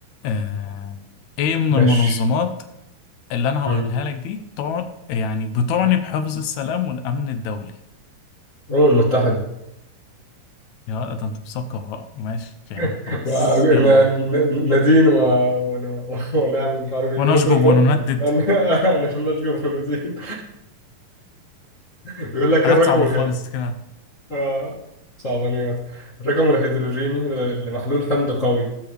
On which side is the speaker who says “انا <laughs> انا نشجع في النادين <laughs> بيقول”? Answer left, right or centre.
Left